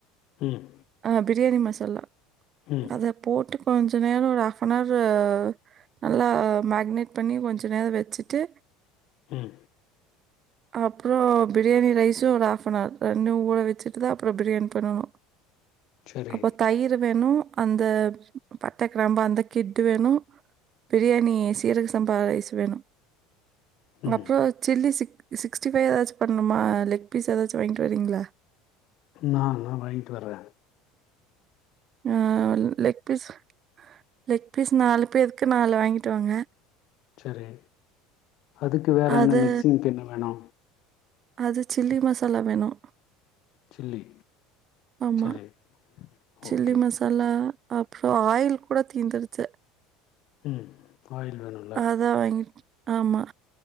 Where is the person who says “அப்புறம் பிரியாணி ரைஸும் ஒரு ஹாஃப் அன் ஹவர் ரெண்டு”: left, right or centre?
Right